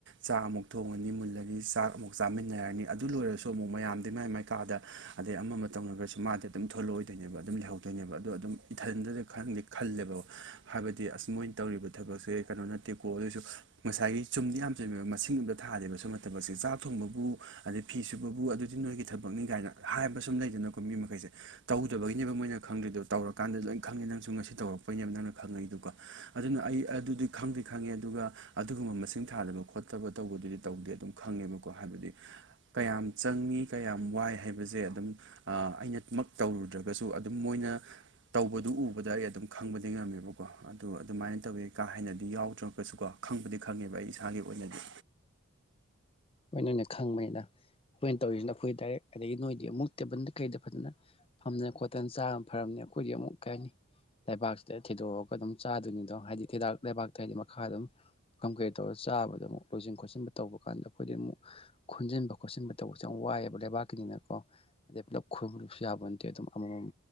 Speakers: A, on the right (about 60°); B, on the left (about 25°).
A: ꯆꯥꯛ ꯑꯃꯨꯛ ꯊꯣꯡꯉꯅꯤ ꯃꯨꯜꯂꯒ ꯆꯥꯛ ꯑꯃꯨꯛ ꯆꯥꯃꯤꯟꯅꯔꯅꯤ ꯑꯗꯨ ꯂꯣꯏꯔꯁꯨ ꯑꯣ ꯑꯃꯨꯛ ꯃꯌꯥꯝꯗꯤ ꯃꯥꯏ ꯃꯥꯏꯀꯥꯗ ꯑꯗꯩ ꯑꯃ ꯑꯃ ꯇꯧꯅꯒꯁꯨ ꯃꯥꯗꯤ ꯑꯗꯨꯝ ꯊꯣꯛꯂꯛꯑꯣꯏꯗꯣꯏꯅꯦꯕ ꯑꯗꯨꯝ ꯂꯩꯍꯧꯗꯣꯏꯅꯦꯕ ꯑꯗꯣ ꯑꯗꯨꯝ ꯏꯊꯟꯗꯅ ꯈꯪꯗꯦ ꯈꯜꯂꯦꯕ ꯍꯥꯏꯕꯗꯤ ꯑꯁ ꯃꯣꯏꯅ ꯇꯧꯔꯤꯕ ꯊꯕꯛꯁꯦ ꯀꯩꯅꯣ ꯅꯠꯇꯦꯀꯣ ꯑꯗꯨꯑꯣꯏꯁꯨ ꯉꯁꯥꯏꯒꯤ ꯆꯨꯝꯗꯤ ꯌꯥꯝ ꯆꯨꯝꯃꯦꯕ ꯃꯁꯤꯡ ꯑꯝꯗ ꯊꯥꯗꯦꯕ ꯁ ꯃꯇꯝꯕ ꯑꯁꯤ ꯆꯥꯛ ꯊꯣꯡꯕꯕꯨ ꯑꯗꯩ ꯐꯤꯁꯨ ꯁꯤꯕꯕꯨ ꯑꯗꯨꯗꯤ ꯅꯣꯏꯒꯤ ꯊꯕꯛꯅꯤ ꯀꯥꯏꯅ ꯍꯥꯏꯕ ꯁꯨꯝ ꯂꯩꯗꯅꯀꯣ ꯃꯤ ꯃꯈꯩꯁꯦ ꯇꯧꯗꯕꯒꯤꯅꯦꯕ ꯃꯣꯏꯅ ꯈꯪꯗꯦꯗꯣ ꯇꯧꯔꯀꯥꯟꯗ ꯂꯣꯏ ꯈꯪꯉꯦ ꯅꯪꯁꯨ ꯉꯁꯤ ꯇꯧꯔꯛꯄꯩꯅꯦꯕ ꯅꯪꯅ ꯈꯪꯉꯛꯏꯗꯨꯀꯣ ꯑꯗꯨꯅ ꯑꯩ ꯑꯗꯨꯗꯤ ꯈꯪꯗꯤ ꯈꯪꯉꯦ ꯑꯗꯨꯒ ꯑꯗꯨꯒꯨꯝꯕ ꯃꯁꯤꯡ ꯊꯥꯗꯕ ꯈꯣꯠꯇꯕ ꯇꯧꯕꯗꯨꯗꯤ ꯇꯧꯗꯦ ꯑꯗꯨꯝ ꯈꯪꯉꯦꯕꯀꯣ ꯍꯥꯏꯕꯗꯤ ꯀꯌꯥꯝ ꯆꯪꯏꯤ ꯀꯌꯥꯝ ꯋꯥꯏ ꯍꯥꯏꯕꯁꯦ ꯑꯗꯨꯝ ꯑꯩꯅꯃꯛ ꯇꯧꯔꯨꯗ꯭ꯔꯒꯁꯨ ꯑꯗꯨꯝ ꯃꯣꯏꯅ ꯇꯧꯕꯗꯨ ꯎꯕꯗ ꯑꯩ ꯑꯗꯨꯝ ꯈꯪꯕꯗꯤ ꯉꯝꯃꯦꯕꯀꯣ ꯑꯗꯨꯗꯣ ꯑꯗꯨꯃꯥꯏꯅ ꯇꯧꯋꯦ ꯀꯥ ꯍꯦꯟꯅꯗꯤ ꯌꯥꯎꯗ꯭ꯔꯒꯁꯨꯀꯣ ꯈꯪꯕꯗꯤ ꯈꯪꯉꯦꯕ ꯑꯩ ꯏꯁꯥꯒꯤ ꯑꯣꯏꯅꯗꯤ
B: ꯃꯣꯏ ꯅ ꯑꯣꯏꯅ ꯈꯪꯕꯅꯤꯅ ꯑꯩꯈꯣꯏꯅ ꯇꯧꯔꯤꯁꯤꯅ ꯑꯩꯈꯣꯏ ꯗꯥꯏꯔꯦꯛ ꯑꯗꯒꯤ ꯅꯣꯏꯗꯤ ꯑꯃꯨꯛ ꯇꯦꯕꯜꯗ ꯀꯩꯗ ꯐꯖꯅ ꯐꯝꯗꯅ ꯈꯣꯠꯇꯅ ꯆꯥꯅ ꯐꯔꯝꯅꯤ ꯑꯩꯈꯣꯏꯗꯤ ꯑꯃꯨꯛ ꯀꯩ ꯍꯥꯏꯅꯤ ꯂꯩꯕꯥꯛꯁꯤꯗ ꯊꯤꯗꯣꯛꯑꯒ ꯑꯗꯨꯝ ꯆꯥꯗꯣꯏꯅꯤꯗꯣ ꯍꯥꯏꯗꯤ ꯊꯤꯗꯥꯛ ꯂꯩꯕꯥꯛꯇ ꯍꯥꯏꯗꯤ ꯃꯈꯥ ꯑꯗꯨꯝ ꯄꯨꯈꯝ ꯀꯩ ꯇꯧꯔꯒ ꯆꯥꯕꯗꯨꯛ ꯂꯣꯏꯁꯤꯟ ꯈꯣꯠꯆꯤꯟꯕ ꯇꯧꯕ ꯀꯥꯟꯗ ꯑꯩꯈꯣꯏꯗꯤ ꯑꯃꯨꯛ ꯈꯣꯟꯟꯖꯤꯟꯕ ꯈꯣꯠꯆꯤꯟꯕ ꯇꯧꯕꯁꯨꯦ ꯌꯥꯝ ꯋꯥꯏꯑꯕ ꯂꯩꯕꯥꯛꯀꯤꯅꯤꯅꯀꯣ ꯑꯗꯩ ꯄꯨꯂꯞ ꯈꯣꯏꯕ ꯂꯁꯨ ꯌꯥꯕ ꯅꯠꯇꯦ ꯑꯗꯨꯝ ꯑꯃꯃꯝ